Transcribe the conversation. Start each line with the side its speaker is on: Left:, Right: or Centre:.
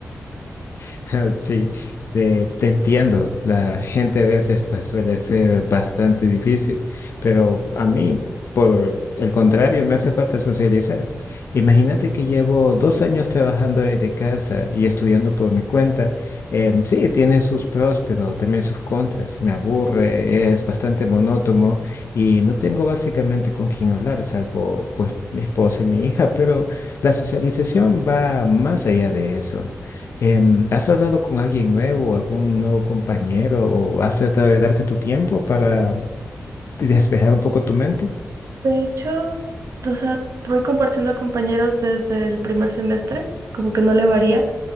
Left: <laughs> Sí, te, te entiendo. La gente a veces pues suele ser bastante difícil, pero a mí, por el contrario, me hace falta socializar. Imagínate que llevo dos años trabajando desde casa y estudiando por mi cuenta. Em, sí, tiene sus pros, pero también sus contras. Me aburre, es bastante monótono y no tengo básicamente con quién hablar, salvo pues mi esposa y mi hija, pero la socialización va más allá de eso. Em, ¿has hablado con alguien nuevo, algún nuevo compañero, o has tratado de darte tu tiempo para despejar un poco tu mente?
Right: De hecho, o sea, voy compartiendo compañeros desde el primer semestre, como que no le varía,